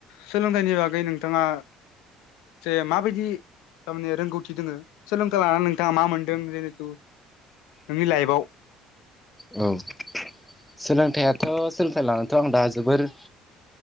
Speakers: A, on the left (about 75°); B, in the centre.
A: सोलोंथाइनि बागै नोंथाङा जे माबायदि थारमाने रोंगौथि दोङो सोलोंथाइ लानानै नोंथाङा मा मोनदों जिहेथु नोंनि लाइफआव
B: औ। सोलोंथाइयाथ' सोलोंथाइ लानानैथ' आं दा जोबोर